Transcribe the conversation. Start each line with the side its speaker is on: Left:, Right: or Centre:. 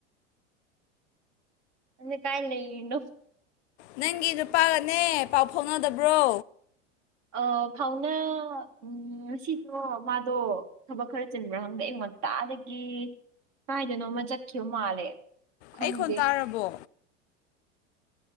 Right: ꯑ ꯀꯥꯏ ꯂꯩꯅꯣ
Left: ꯅꯪꯒꯤ ꯅꯨꯄꯥꯒꯅꯦ ꯄꯥꯎ ꯐꯥꯎꯅꯗꯕ꯭ꯔꯣ
Right: ꯑ ꯐꯥꯎꯅꯥ ꯎ ꯉꯁꯤꯗꯣ ꯃꯥꯗꯣ ꯊꯕꯛ ꯈꯔ ꯆꯤꯟꯕ꯭ꯔꯥ ꯍꯪꯗꯦ ꯑꯩꯉꯣꯟ ꯉꯇꯥꯗꯒꯤ ꯀꯥꯏꯗꯅꯣꯃ ꯆꯠꯈꯤꯕꯌꯣ ꯃꯥꯜꯂꯦ ꯈꯪꯗꯦ
Left: ꯑꯩ ꯈꯣꯟ ꯇꯥꯔꯕꯣ